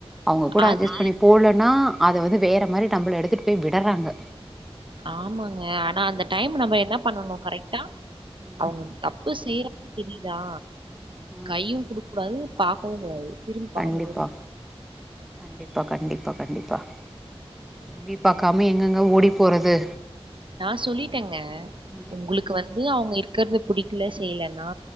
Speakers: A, in the centre; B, on the right.
A: அவுங்க கூட
B: அது
A: அட்ஜெஸ் பண்ணி போலன்னா அத வந்து வேற மாரி நம்பள எடுத்துட்டு போய் விடறாங்க
B: ஆமாங்க ஆனா அந்த டைம் நம்ம என்ன பண்ணணு கரெக்டா
A: ம்.
B: அவுங்க தப்பு செய்றாங்க தெரிதா
A: ம்.
B: கைய்யு குடுக் கூடாது பாக்கவு கூடாது திரும்பி பாக்காம
A: கண்டிப்பா
B: ஓடி
A: கண்டிப்பா கண்டிப்பா கண்டிப்பா திரும்பி பாக்காம எங்கெங்க ஓடி போறது
B: நா சொல்லிட்டேங்க
A: ம்.
B: உங்குளுக்கு வந்து அவுங்க இருக்கறது புடிக் கல செய்யலன்னா